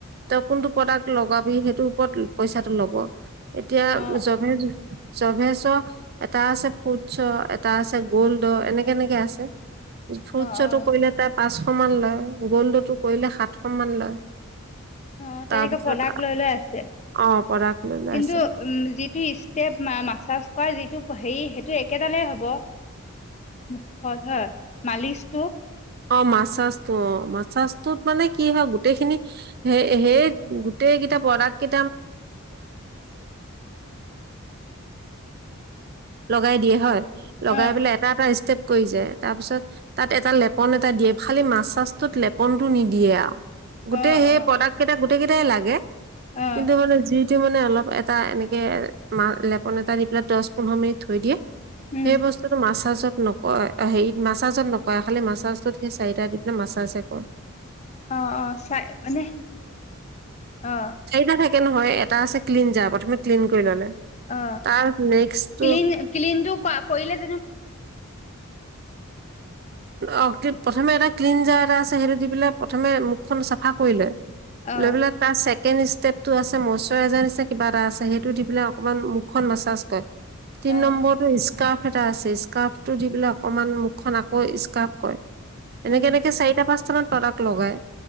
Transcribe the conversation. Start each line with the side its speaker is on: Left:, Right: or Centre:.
Right: তই কোনটো প্ৰডাক্ট লগাবি সেইটোৰ ওপৰত পঁইচাটো ল'ব এতিয়া
Left: অ
Right: জ চভে চ এটা আছে ফুডছ এটা আছে গ'ল্ড এনেকে এনেকে আছে। ফ্ৰুটছতো
Left: অ অ
Right: কৰিলে তাত পাঁচশ মান লয় গ'ল্ডতো কৰিলে সাতশ মান লয়।
Left: অ' তেনেকে
Right: তাৰপিছত
Left: প্ৰডাক্ট লৈ লৈ আছে।
Right: অ প্ৰডাক্ট লৈ লৈ
Left: কিন্তু
Right: আছে
Left: উম যিটো ষ্টেপ মাছাছ ক'য় যিটো হেৰি সেইটো একেডালেই হ'ব। মুখত হয় মালিচটো
Right: অ' মাচাজটো অ' মাচাজটোত মানে কি হয় গোটেইখিনি হে সেই গোটেই কেইটা প্ৰডাক্ট কেই লগাই দিয়ে হয় লগাই
Left: অ
Right: পেলায় এটা এটা ষ্টৈপ কৰি যায় তাৰপিছত তাত এটা লেপ ফন এটা দিয়ে খালি মাছচাছটো লেপনটো নিদিয়ে গোটেই
Left: অ
Right: সেই
Left: অ
Right: প্ৰডাক্ট কেইটা গোতেইকেইটাই লাগে
Left: অ
Right: কিন্তু মানে যিটো মানে অলপ এটা এনেকে লেপন এটা দি পেলাই দশ পোন্ধৰ মিনিট থৈ দিয়ে।
Left: উম
Right: সেই বস্তুতটো মাছাজত নকয় হেৰি মাছাজত নকয় খালি মাছ লাষ্টত সেই চাৰিটা দি পেলাই মাছাজহে কৰে।
Left: অ অ চাই মানে অ
Right: <inaudible> তে নহয় এটা আছে ক্লিন যাৰ প্ৰথমে ক্লিন কৰি ললে
Left: অ
Right: তাৰ নেক্সটটো
Left: ক্লিন ক্লিনটো কৰিলে
Right: অ' প্ৰথমে এটা ক্লিনজাৰ এটা আছে সেইটো দি পেলাই প্ৰথমে মুখখন চাফা কৰি লয়।
Left: অ
Right: লৈ পেলাই তাৰ ছেকেণ্ড ষ্টেপটো আছে মচোৰাইজাৰ নিচনা কিবা এটা আছে সেই দি পেলাই
Left: অ
Right: অকমান মুখ মাচাজ কৰে, তিন
Left: অ',
Right: নম্বৰটো এটা আছে স্কাৰ্ফটো দি পেলাই অকমান মুখখন আকৌ স্ফাৰ্ফ কৰে। এনেকে
Left: উম,
Right: এনেকে চাৰিটা পাঁচটামান প্ৰডাক্ট লগাই